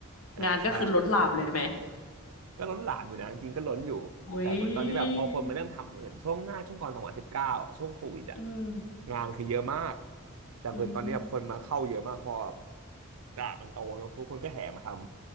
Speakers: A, on the right; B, on the left.
A: อ่าใช่
B: งานก็คือล้นหลามเลยไหม
A: ก็ล้นหลามอยู่นะจริงๆก็ล้นอยู่แต่เหมือนตอนนี้แบบพอคนมาเริ่มทำเหมือนช่วงหน้าช่วงก่อนสองพันสิบเก้าอ่ะช่วงโควิดอ่ะ
B: โอ้ยอืม
A: งานคือเยอะมากแต่เหมือนตอนนี้แบบคนมาเข้าเยอะมากเพอแบบ
B: อืม
A: ตลาดมันโตเนอะทุกคนก็แห่มาทำ